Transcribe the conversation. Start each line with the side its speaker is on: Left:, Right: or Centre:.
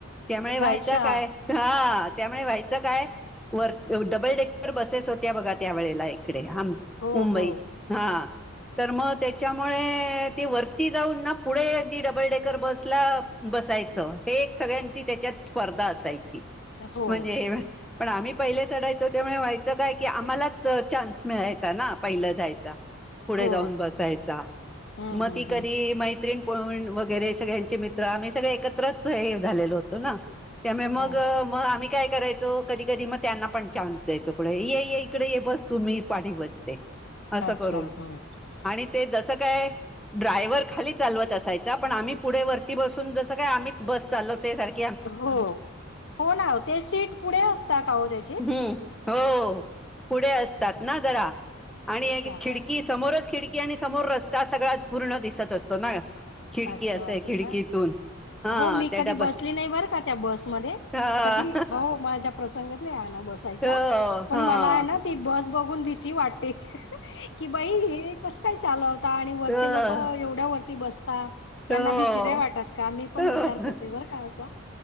Centre: त्यामुळे व्हायचं
Left: अच्छा
Centre: काय हा त्यामुळे व्हायचं काय वर डबल डेकर बसेस होत्या बघा त्या वेळेला इकडे हा
Left: हो
Centre: मुंबईत
Left: हो
Centre: हा
Left: हो
Centre: तर मग त्याच्यामुळे ते वरती जाऊन ना पुढे अगदी डबल डेकर बसला बसायचं हे एक सगळ्यांची त्याच्यात स्पर्धा असायची.
Left: हो
Centre: म्हणजे पण आम्ही पहिले चढायचो त्यामुळे व्हायचं काय की आम्हालाच चान्स मिळायचा ना पहिलं जायचा पुढे
Left: हो
Centre: जाऊन बसायचा
Left: हम्म
Centre: मग
Left: हम्म
Centre: त कधी
Left: हम्म
Centre: मैत ण वगैरे सगळ्यांचे मित्र आम्ही सगळे एकत्रच हे झालेलो होतो ना त्यामुळे
Left: हो
Centre: मग मग आम्ही काय करायचो कधी कधी मग त्यांना पण चान्स द्यायचो पुढे ये इकडे ये बस तू मी पाठी बसते. असं
Left: अच्छा
Centre: करून
Left: हम्म
Centre: आणि ते जसं काय ड्रायव्हर खाली चालवत असायचा पण आम्ही पुढे वरती बसून जसं काय आम्हीच बस चालव त्या सारख
Left: हो हो ना ते सीट पुढे असत काह त्या
Centre: हम्म हो पुढे असतात
Left: अच्छा
Centre: ना जरा आणि
Left: अच्छा
Centre: खिडकी
Left: हा
Centre: समोरच खिडकी आणि समोर रस्ता सगळा पूर्ण दिसत असतो ना. खिडकी
Left: अच्छा
Centre: अस आहेय
Left: असं
Centre: खिडकीतून
Left: का
Centre: हा
Left: हो मी
Centre: त्या
Left: कधी
Centre: डब
Left: बसली नाही बरं का त्या बसमध्ये
Centre: हा
Left: कधी हो माझ्या प्रसंगच नाही आला बसायचा
Centre: हो
Left: पण
Centre: हा
Left: मला आहे ना ती बस बघून भीती वाटते. कि बाई हे कस काय चालवता आणि वरचे
Centre: हो
Left: लोक एवढ्या वरती बसत आता यांना
Centre: हो
Left: भीती नाही वाटत का मी पण
Centre: हो.
Left: विचार करते बर का असं